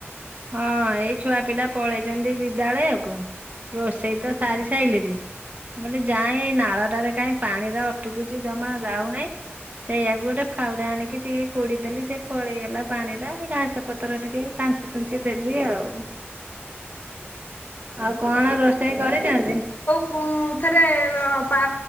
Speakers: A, on the right; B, on the left.
A: ହଁ ଏଇ ଛୁଆ ପିଲା ପଳେଇଛନ୍ତି ବିଦ୍ୟାଳୟକୁ ରୋଷେଇ ତ ସାରି ସାରିଲିନି। ମୁଁ କହିଲି ଯାଏଁ ଏଇ ନାଳଟାରେ କାହିଁ ପାଣି ରା ଅଟୁକୁଛି ଜମା ଯାଉନାହିଁ। ସେଇୟଆକୁ ଗୋଟେ ଫାଉଡ଼ା ଆଣିକି ଟିକେ କୋଡି଼ ଦେଲି ସେ ପଳେଇଗଲା ପାଣି ଟା ହେ ଘାସ ପତର ଟିକେ ତାଞ୍ଛି ତୁଞ୍ଛି ଦେବି ଆଉ ଆଉ କଣ ରୋଷେଇ କରିଛନ୍ତି?
B: ମୁଁ ଥରେ ଅ ପା